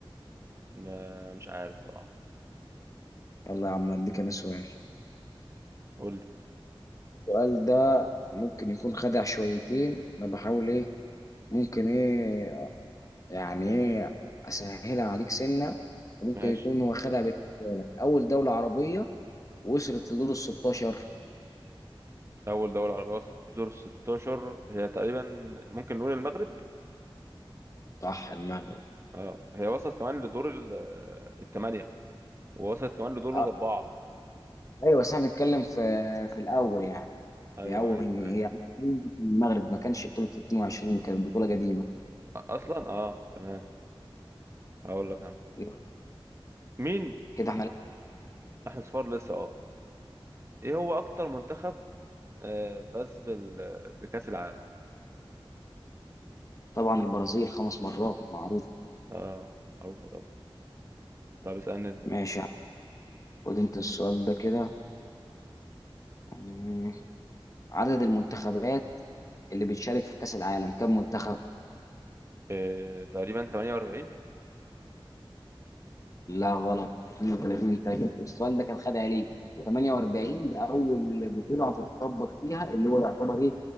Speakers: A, on the right; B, on the left.
A: ما- مش عارف صراحة
B: يلا يا عم اديك انا سؤال
A: قول لي
B: السؤال ده ممكن يكون خدع شويتين انا بحاول ايه ممكن ايه يعني ايه اسهلها عليك سنه وممكن
A: ماشي
B: يكون هو خدع بالنسبه لك اول دوله عربيه وصلت لدور ال 16
A: اول دولة عربية وصلت لدور 16 هي تقريبا ممكن نقول المغرب
B: صح المغرب
A: اه هي وصلت كمان لدور ال- الثمانية ووصلت كمان لدور
B: أه،
A: الاربعة
B: ايوه بس احنا بنتكلم في في الاول يعني
A: ايوه
B: هي اول
A: ايوه
B: هي
A: ايوه
B: أول بطولة في المغرب ما كانش بطوله 22 كانت بطوله قديمه
A: أ- اصلا اه تمام هقول لك انا
B: يبقى
A: مين
B: كده احنا
A: احنا صفار لسه اه ايه هو اكتر منتخب آه، فاز بال... بكأس العالم
B: طبعا البرازيل خمس مرات معروف
A: اه معروفة طبعا طب اسألني انت
B: ماشي خد انت السؤال ده كده مم. عدد المنتخبات اللي بتشارك في كأس العالم كم منتخب؟
A: آه، تقريبا 48
B: لا غلط 32 تاجر السؤال ده كان خد عليك 48 ده أول بطولة هتتطبق فيها اللي هو يعتبر إيه